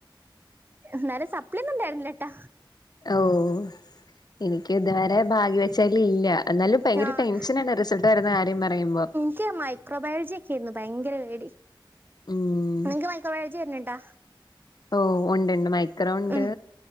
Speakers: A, on the right; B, on the left.
A: ന്നാലും സപ്ളിന്നുണ്ടായിരുന്നില്ലേട്ടാ
B: ഓഹ്‌ എനിക്ക് ഇതുവരെ ഭാഗ്യ വെ ചലി ഇല്ല എന്നാലും ഭയങ്കര
A: ആഹ്
B: ടെൻഷനാണ് റിസൾട്ട് വരുന്ന കാര്യം പറയുമ്പോ.
A: എനിക്ക് മൈക്രോബയോളജിയക്കെയിരുന്നു ഭയങ്കര പേടി.
B: ഉം
A: നിങ്ങക്ക് മൈക്രോബയോളജി വരണ്ണ്ടാ
B: ഓഹ് ഉണ്ട് ഉണ്ട് മൈക്രോ ഉണ്ട്.
A: ഉം